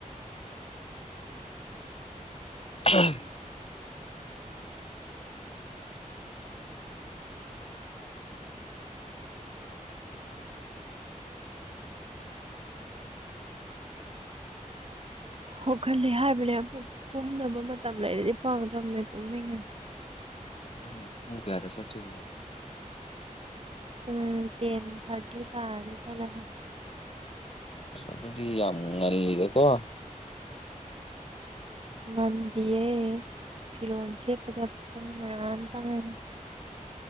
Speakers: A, on the left; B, on the right.
A: ꯑꯍꯝ
B: ꯍꯧꯒꯠꯂꯦ ꯍꯥꯏꯕꯅꯦ ꯑꯃꯨꯛ ꯇꯨꯝꯅꯕ ꯃꯇꯝ ꯂꯩꯔꯗꯤ ꯐꯒꯗꯝꯅꯦ ꯇꯨꯝꯅꯤꯡꯉꯦ
A: ꯑꯁ ꯅꯪ ꯄꯨꯡ ꯀꯌꯥꯗ ꯆꯠꯇꯣꯏꯅꯣ
B: ꯎꯝ ꯇꯦꯟ ꯊꯥꯔꯇꯤ ꯇꯥꯔꯗꯤ ꯆꯠꯂꯅꯤ
A: ꯑꯗꯨꯗꯤ ꯌꯥꯝ ꯉꯜꯂꯤꯗꯀꯣ
B: ꯉꯟꯗꯤꯌꯦ ꯐꯤꯔꯣꯜ ꯁꯦꯠꯄꯗ ꯄꯨꯡ ꯃꯌꯥꯝ ꯆꯪꯉꯅꯤ <inaudible>